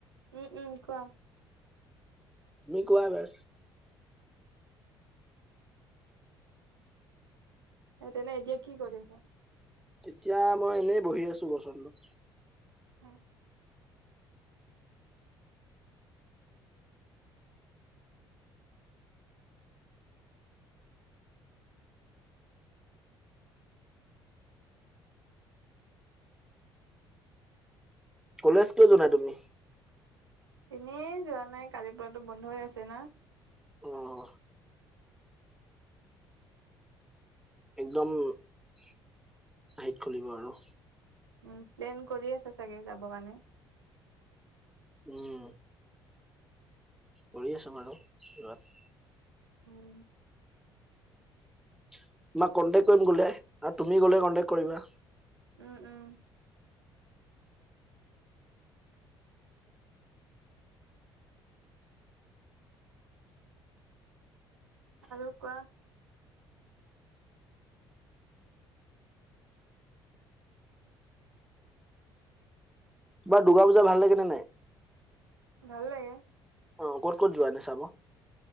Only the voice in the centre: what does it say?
তুমি কোৱা না?
এতিয়া মই এনেই বহি আছো গছৰ তলত।
কলেজ কিয় যোৱা নাই তুমি?
অহ, একদম হেৰিত খুলিব আৰু।
উম, কৰি আছোঁ আৰু যোৱাত,
তোমাক কন্টেকট কৰিম ক'লে আৰু তুমি গ'লে কনটেক্ট কৰিবা।
তোমাৰ দুৰ্গা পূজা ভাল লাগে নে নাই?
অ' ক'ত-ক'ত যোৱা এনে চাব?